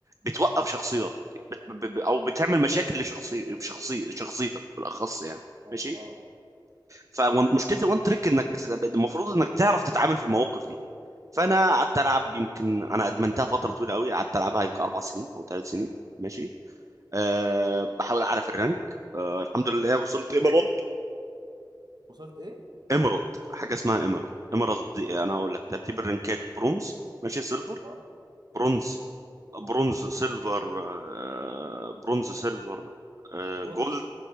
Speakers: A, on the right; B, on the right.
A: بتوقف شخصيات بت... ب... ب... او بتعمل
B: مم.
A: مشاكل لشخصي شخصي... شخصيتك بالاخص يعني
B: اه
A: ماشي
B: اه
A: فمشكله الوان تريك انك بت... المفروض انك تعرف تتعامل في المواقف دي فانا قعدت العب يمكن انا ادمنتها فتره طويله قوي قعدت العبها يمكن اربع سنين او ثلاث سنين ماشي أه بحاول اعرف الرانك أه الحمد لله وصلت ايمرالد
B: وصلت ايه؟
A: ايمرالد حاجه اسمها ايمرالد ايمرالد دي انا اقول لك ترتيب الرانكات برونز ماشي سيلفر
B: اه
A: برونز برونز سيلفر
B: ماشي
A: أه برونز سيلفر أه
B: جولد
A: جولد